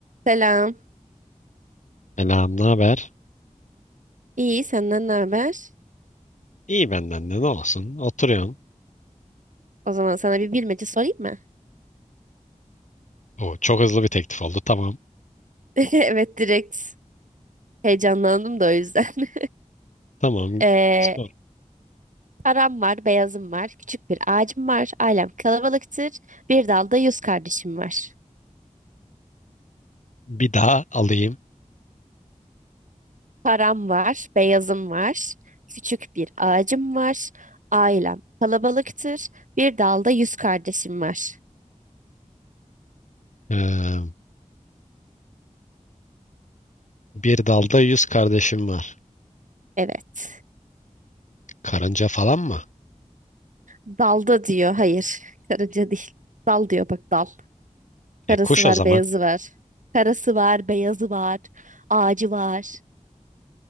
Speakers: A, on the right; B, on the left.
A: Selam.
B: Selam, ne haber?
A: İyi, senden ne haber?
B: İyi benden de ne olsun? Oturuyorum.
A: O zaman sana bir bilmece sorayım mı?
B: Oo, çok hızlı bir teklif oldu. Tamam.
A: <laughs> Evet, direkt heyecanlandım da o yüzden. <laughs>
B: Tamam.
A: Ee,
B: Sor.
A: param var, beyazım var, küçük bir ağacım var, ailem kalabalıktır, bir dalda yüz kardeşim var.
B: Bir daha alayım.
A: Param var, beyazım var, küçük bir ağacım var, ailem kalabalıktır, bir dalda yüz kardeşim var.
B: Ee, bir dalda yüz kardeşim var.
A: Evet.
B: Karınca falan mı?
A: Dalda diyor, hayır, karınca değil. Dal diyor, bak dal.
B: E
A: Karası
B: kuş
A: var,
B: o zaman.
A: beyazı var. Karası var, beyazı var. Ağacı var.